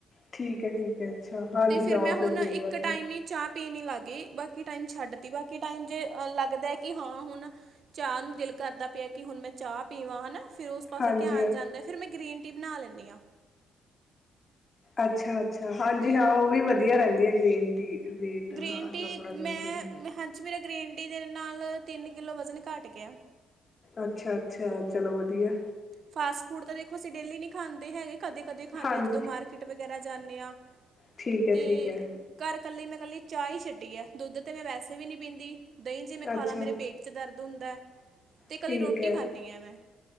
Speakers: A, on the left (about 35°); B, on the right (about 55°).
A: ਠੀਕ ਐ ਠੀਕ ਐ ਅੱਛਾ
B: ਅਤੇ
A: ਹਾਂਜੀ ਹਾਂ
B: ਮੈਂ ਹੁਣ
A: ਫਿਰ
B: ਇੱਕ
A: ਵੇਟ ਵਧ
B: ਟਾਈਮ ਹੀ ਚਾਹ ਪੀ ਨੀ ਲਾਗੀ ਬਾਕੀ ਟਾਈਮ ਛੱਡ ਤੀ ਬਾਕੀ ਟਾਈਮ ਜੇ ਲੱਗਦਾ ਕੀ ਹਾਂ ਹੁਣ ਚਾਹ ਨੂੰ ਦਿਲ ਕਰਦਾ ਪਿਆ ਕੀ ਹੁਣ ਮੈਂ ਚਾਹ ਪੀਵਾਂ ਹਨਾ ਫਿਰ ਓਸ ਉਸ ਪਾਸੇ
A: ਹਾਂਜੀ
B: ਧਿਆਨ
A: ਹਾਂ
B: ਜਾਂਦਾ ਫਿਰ ਮੈਂ ਗ੍ਰੀਨ ਟੀ ਬਣਾ ਲੈਂਨੀ ਆ।
A: ਅੱਛਾ-ਅੱਛਾ ਹਾਂਜੀ ਹਾਂ ਓ ਵੀ ਵਧੀਆ ਰੈਂਦੀ ਐ ਗ੍ਰੀਨ ਟੀ। ਵੇਟ ਹਾਂ
B: ਗ੍ਰੀਨ ਟੀ
A: ਆਪਣਾ ਲੂਜ
B: ਮੈਂ
A: ਹੋ ਜਾਂਦਾ
B: ਹਾਂਜੀ ਮੇਰਾ ਗ੍ਰੀਨ ਟੀ ਦੇ ਨਾਲ ਤਿੰਨ ਕਿੱਲੋ ਵਜ਼ਨ ਘੱਟ ਗਿਆ।
A: ਅੱਛਾ-ਅੱਛਾ ਚਲੋ ਵਧੀਆ।
B: ਫਾਸਟ-ਫੂਡ ਤਾਂ ਦੇਖੋ ਅਸੀਂ ਡੇਲੀ ਨੀ ਖਾਂਦੇ ਹੈਗੇ ਕਦੇ ਕਦੇ ਖਾਂਦੇ
A: ਹਾਂਜੀ
B: ਆ ਜਦੋਂ ਮਾਰਕੀਟ ਵਗੈਰਾ ਜਾਨੇ ਆ
A: ਠੀਕ ਹੈ
B: ਤੇ
A: ਠੀਕ ਹੈ
B: ਘਰ ਕੱਲੀ ਮੈਂ ਕੱਲੀ ਚਾਹ ਹੀ ਛੱਡੀ ਐ ਦੁੱਧ ਤੇ ਮੈਂ ਵੈਸੇ ਵੀ ਨੀ ਪੀਦੀ ਦਈ ਜੇ ਮੈਂ ਖਾ
A: ਅੱਛਾ
B: ਲਾ ਮੇਰੇ ਪੇਟ ਚ ਦਰਦ ਹੁੰਦਾ। ਤੇ ਕੱਲੀ
A: ਠੀਕ
B: ਰੋਟੀ
A: ਐ।
B: ਖਾਂਦੀ ਆ ਮੈਂ